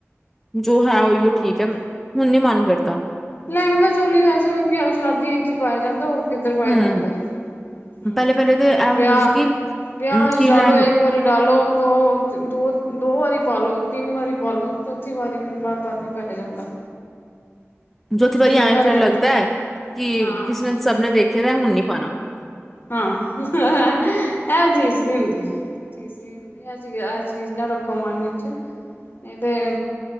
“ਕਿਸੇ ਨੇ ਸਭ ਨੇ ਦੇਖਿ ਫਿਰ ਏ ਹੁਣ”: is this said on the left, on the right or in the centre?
Centre